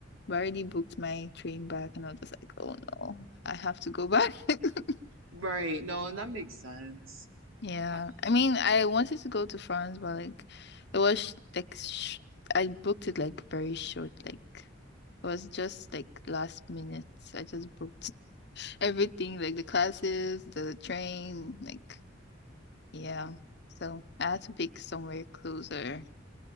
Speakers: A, on the left; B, on the right.
A: But I already booked my train back, and I was just like, oh no, I have to go back. <laughs>
B: Right. No, and that makes sense.
A: Yeah,
B: Um,
A: I mean, I wanted to go to France, but like it was sh- like sh I booked it like very short. Like it was just like last minute. I just booked. Everything like the classes, the train, like yeah. So I had to pick somewhere closer.